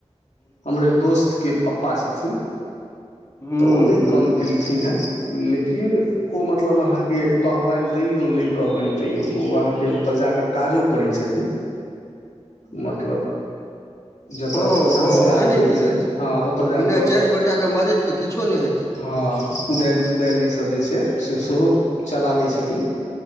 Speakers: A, on the left; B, on the left.
A: हमरे दोस्त के पा प्पा छलखिन
B: हूँ
A: त ओ न
B: हूँ
A: कम केलखिन हे लेकिन ओ मतलब अहाँके कहबनि तैयो नहि कहबनि तैयो ओ अहाँके ओतऽ जा कऽ काजो करै छथिन मतलब जतय
B: हँ
A: संस्कार
B: हँ भेलै
A: होइ
B: कि ने
A: छनि हँ ओतय जा
B: बिना
A: कऽ
B: चारि गोटाके मदतिके किछो नहि हेतै
A: हँ कुदालि तुदल ई सब जे छै से सेहो चलाबै छथिन।